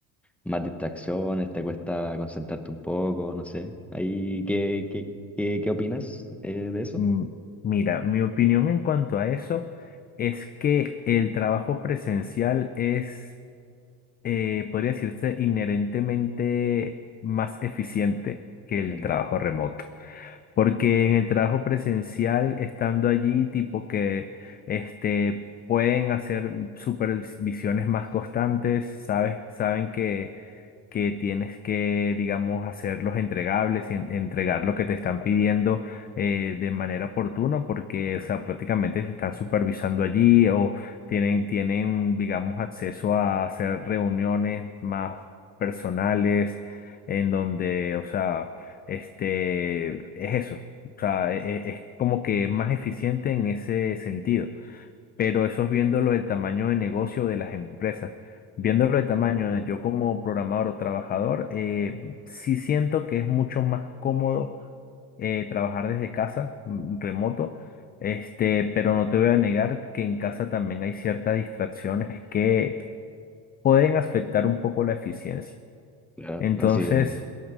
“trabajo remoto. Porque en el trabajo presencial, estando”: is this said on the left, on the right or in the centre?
Left